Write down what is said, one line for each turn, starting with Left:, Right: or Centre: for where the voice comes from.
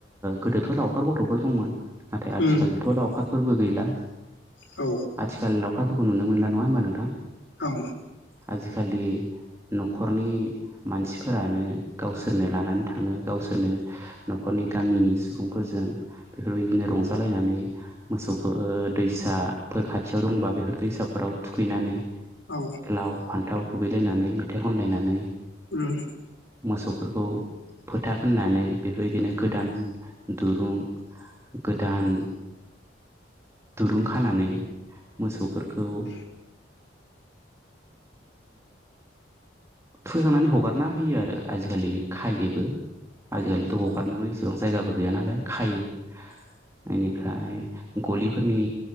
Right: गोदोथ' लावखार गथ'फोर दंमोन नाथाय
Left: उम
Right: आथिखालथ' लावखारफोरबो गैला
Left: औ
Right: आथिखाल लावखारफोरखौ नुनो मोनला नङा होमबा नोंथां।
Left: औ
Right: आजिखालि न'खरनि मानसिफोरानो गावसोरनो लानानै थाङो गावसोरनो न'खरनि गामिनि सुबुंफोरजों बेफोरबायदिनो रंजालायनानै मोसौफोर दैसाफोर खाथियाव दंबा बेफोर दैसाफोराव थुखैनानै।
Left: औ
Right: लाव फान्थाव खुबैलायनानै मेथाइ खनलायनानै
Left: ओम।
Right: मोसौफोरखौ फोथा फोननानै बेफोरबायदिनो गोदान दुरुं गोदान दुरुं खानानै मोसौफोरखौ ओ फुनखांनानै हगारना होयो आरो आजिखालि खायोबो। आजिखालिथ' हगारनोबो एसेबां जायगाबो गैया नालाय खायो। बेनिफ्राय गलिफोरनि